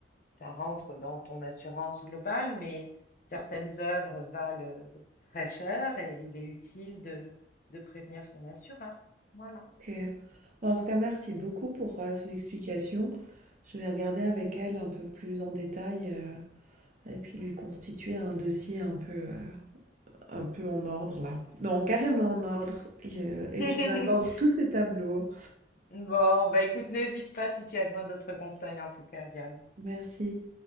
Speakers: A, on the left; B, on the right.
A: ça rentre dans ton assurance globale, mais certaines œuvres valent euh, très cher et il est utile de, de prévenir son assureur. Voilà.
B: OK. Bah, en tout cas, merci beaucoup pour, heu, ces explications. Je vais regarder avec elle un peu plus en détail, heu, et puis lui constituer un dossier un peu, heu, un peu en ordre là. Non, carrément en ordre et heu, et
A: <laughs>
B: tu vas vendre tous ces tableaux.
A: Bon, bah écoute, n'hésite pas si tu as besoin d'autres conseils en tout cas, Diane.
B: Merci.